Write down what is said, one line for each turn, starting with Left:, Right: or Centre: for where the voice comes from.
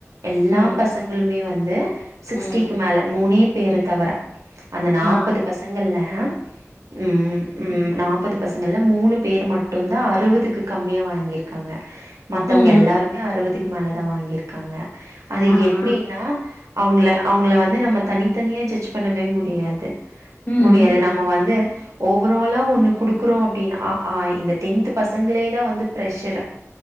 Right: எல்லாம்
Left: ம்
Right: பசங்களுமே வந் து சிக்ஸ்டிக்கு
Left: ம்
Right: மேல மூனேப் பேர தவற அந்த நாப்பது
Left: ஆ
Right: பசங்கள்ல ஏம் உம் உம் ம் நாப்பதுப் பசங்கள்ல மூணு பேர் மட்டும்தா அறுவதுக்கு கம்மியா வாங்கிருக்காங்க மத்தவங்க
Left: ம்
Right: எல்லாருமே அறுவதுக் மேல தா வாங்கியிருக்காங்க அது
Left: ஆ ஆ
Right: எப்படின்னா அவங்கள அவங்கள வந்து நம்ம தனித்தனியா ஜட்ஜ் பண்ணவே முட் டியாது
Left: ம்
Right: முடியாது நம்ம வந்து ஓவராலாக ஒன்னு குடுக்குறோ அப்டினா அ ஆ இந்த டென்த்து பசங்களே தா வந்து ப்ரெஷர்ரு